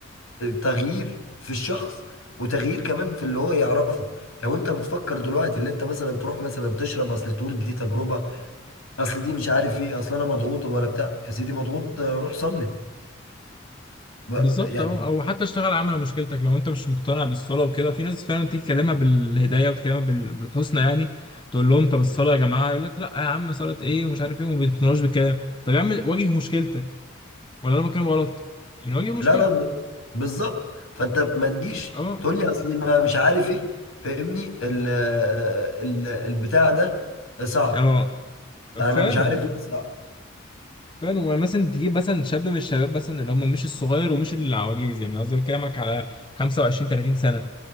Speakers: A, on the left; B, on the left.
A: تغيير في الشخص وتغيير كمان في اللي هو يعرفه لو انت بتفكر دلوقتي اللي انت مثلا تروح مثلا تشرب اصل تقول دي تجربة اصل دي مش عارف ايه اصل انا مضغوط ولا بتاع يا سيدي مضغوط آه، روح صلي ب-
B: بالظبط
A: يعني
B: أه أو حتى اشتغل على على مشكلتك لو أنت مش مقتنع بالصلاة وكده في ناس فعلا تيجي تكلمها بالهداية وتكلمها بال- بالحسنى يعني تقول لهم طب الصلاة يا جماعة يقول لك لا يا عم صلاة إيه ومش عارف إيه وما بيقتنعوش بالكلام طب يا عم واجه مشكلتك ولا أنا بتكلم غلط يعني واجه مشكلتك
A: لا لا ب- بالظبط فانت ما تجيش
B: أه
A: تقول لي اصل ما مش عارف ايه فاهمني ال ال البتاع ده صعب
B: اه
A: انا
B: فعلا
A: مش عارف ايه صعب
B: فعلا ومثلا تجيب مثلا شاب من الشباب مثلا اللي هم مش الصغير ومش العواجيز يعني قصدي بكلمك على 25 30 سنه